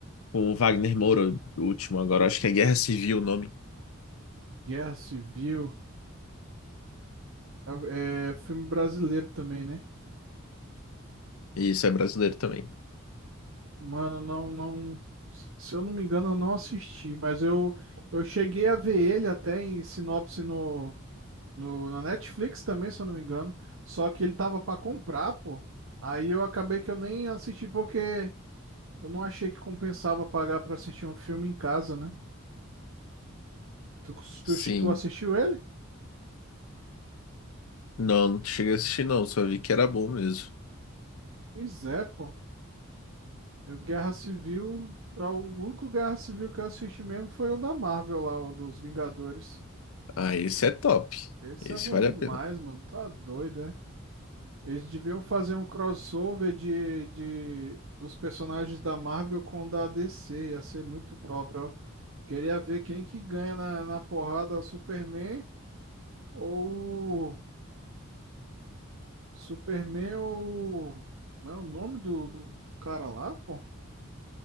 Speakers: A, on the left; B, on the right.
A: com o Wagner Moura, o último agora, acho que é Guerra Civil o nome.
B: Guerra Civil. É, é filme brasileiro também, né?
A: E isso é brasileiro também.
B: Mano, não, não. Se eu não me engano, eu não assisti, mas eu, eu cheguei a ver ele até em sinopse no No, na Netflix também, se eu não me engano. Só que ele tava pra comprar, pô. Aí eu acabei que eu nem assisti porque eu não achei que compensava pagar pra assistir um filme em casa, né? Tu, tu,
A: Sim.
B: tu assistiu ele?
A: Não, não cheguei a assistir não, só vi que era bom mesmo.
B: Pois é, pô. Eu, Guerra Civil. O único Guerra Civil que eu assisti mesmo foi o da Marvel lá, o dos Vingadores.
A: Ah, esse
B: Tipo,
A: é top.
B: Esse
A: Esse
B: é bom
A: vale
B: demais,
A: a pena.
B: mano. Tá doido, é? Eles deviam fazer um crossover de, de- dos personagens da Marvel com o da DC. Ia ser muito top, ó. Queria ver quem que ganha na, na porrada, o Superman ou... Superman ou... Não é o nome do, do, do cara lá, pô?